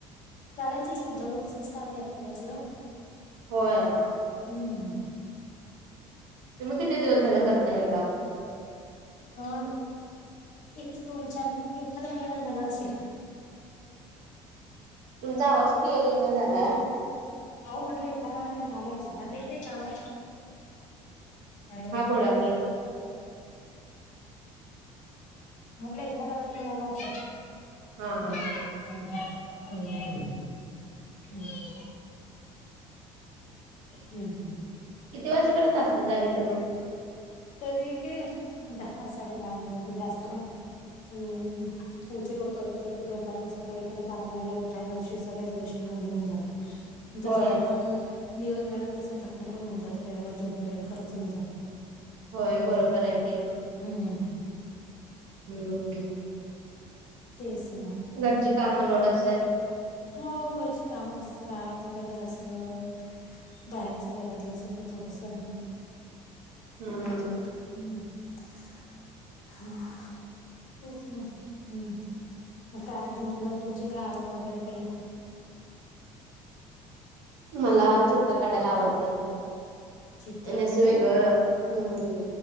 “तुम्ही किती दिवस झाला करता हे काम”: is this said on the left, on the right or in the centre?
Right